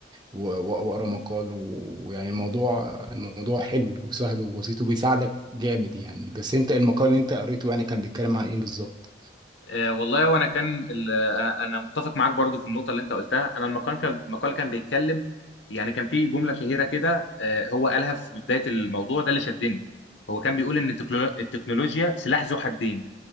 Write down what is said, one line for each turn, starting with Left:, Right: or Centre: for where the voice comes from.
Right: و- و- واقرا مقال و- ويعني الموضوع الموضوع حلو وسهل وبسيط وبيساعدك جامد يعني بس انت المقال اللي انت قريته يعني كان بيتكلم عن ايه بالظبط؟
Left: آه، والله وانا كان ال- آه، انا متفق معاك برضو في النقطه اللي انت قلتها انا المقال كان المقال كان بيتكلم يعني كان في جمله شهيره كده آه، هو قالها في بدايه الموضوع ده اللي شدني هو كان بيقول ان التكنولو- التكنولوجيا سلاح ذو حدين